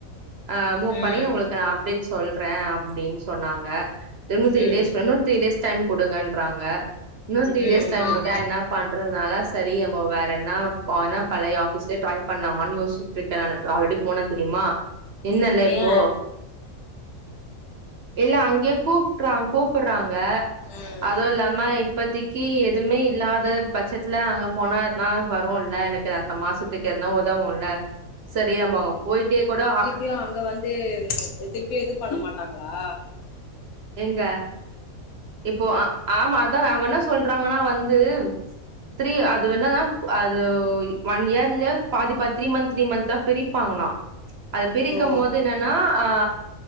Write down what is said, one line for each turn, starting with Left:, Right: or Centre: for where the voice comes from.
Right: ஆ மூவ்
Left: ம்
Right: பண்ணி உங்களுக்கு நா அப்டேட் சொல்றே அப்டின்னு சொன்னாங்க இன்னு த்ரி
Left: ம்
Right: டேஸ் இன்னு த்ரீ டேஸ் டைம் கொடுங்கன்றாங்க இன்னு த்ரீ
Left: ம்
Right: டேஸ்
Left: ம்
Right: டைம் கூட என்ன பண்றதுனால சரி இங்கயே போ வேற என்ன ஆனா பழய ஆபீஸ்லே ட்ரை பண்ணாமான்னு யோசிச்சட்டு இருக்கே ஆல்ரெடி போனே தெரியுமா இன்னல்லே இப்போ
Left: ஏ
Right: இல்ல அங்கே கூப்ட்றா கூப்பிடுறாங்க
Left: ம்
Right: அதுவு இல்லாம இப்பதைக்கு எதுமே இல்லாத பட்சத்துல அங்க போனா எதுனா வரு இல்ல எனக்கு அடுத்த மாசத்துக்கு எதுனா உதவுமில்ல சரி அப்போ அங்க போயிட்டே கூட ஆ
Left: இங்கெல்லா அங்க வந்து திருப்பியு இது பண்ண மாட்டாங்களா
Right: எங்க இப்போ அ ஆமா அதா அவங்க என்ன சொல்றாங்கன்னா வந்து த்ரீ அது என்னதா அது ஒன் இயர்ல பாதி பா த்ரீ மந்த் த்ரீ மந்தா பிரிப்பாங்களா அத பிரிக்கம்
Left: ஓ
Right: போது நன் நா அ